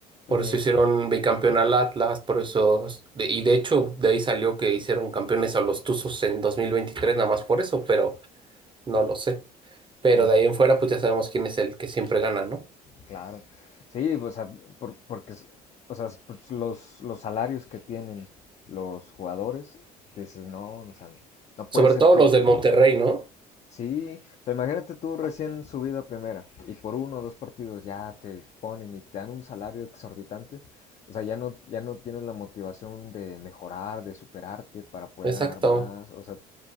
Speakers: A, on the left; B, on the right.
A: Y
B: Por
A: ni-
B: eso
A: eh,
B: hicieron bicampeón al Atlas, por eso, de- y de hecho, de ahí salió que hicieron campeones a los Tuzos en 2023, nada más por eso, pero no lo sé. Pero
A: mm,
B: de ahí en fuera, pues ya sabemos quién es el que siempre gana, ¿no?
A: claro. Sí, o sea, por- porque o sea, pues, los, los salarios que tienen los jugadores, dices, no, o sea, no puede
B: Sobre
A: ser
B: todo
A: que,
B: los del Monterrey, ¿no?
A: Sí, o sea, imagínate tú recién subido a primera y por uno o dos partidos ya te ponen y te dan un salario exorbitante. O sea, ya no, ya no tienes la motivación de mejorar, de superarte para poder
B: Exacto.
A: ganar más. O sea,